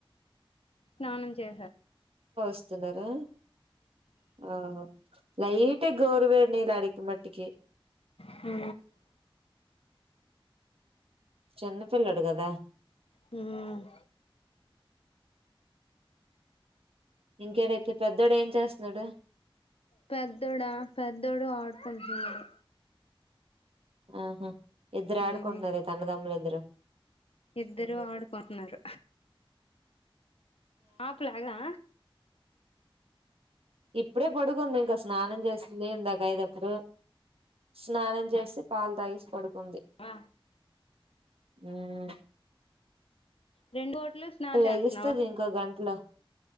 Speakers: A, on the left (about 90°); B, on the right (about 80°).
A: స్నానం పొ
B: స్తూన్నారా ఆహా లైట్ గోరువేచ్చని నీళ్లు వాడి మట్టికి
A: హు
B: చిన్నపిల్లోడు కదా
A: మ్మ్
B: ఇంకేడైతే పెద్దోడు ఏం చేస్తున్నాడు
A: పెద్దడా పెద్దోడు ఆడుకుంటున్నాడు
B: ఆహా ఇద్దరు ఆడుకుంటనారా
A: ఉమ్
B: అన్నదమ్ము్లిద్దరూ
A: ఇద్దరు ఆడుకుంటున్నారు ఆ పిల్లోడినా
B: ఇప్పుడే పడుకుంది ఇంకా స్నానం చేస్తుంది ఇందాక అయితప్పుడు స్నానం చేసి పాలు తాగెసి పడుకుంటది
A: అ
B: మ్మ్ హ్
A: రెండు బోట్లు స్నానం
B: లెగుస్తది
A: చేస్తున్నావా
B: ఇంకో గంటలో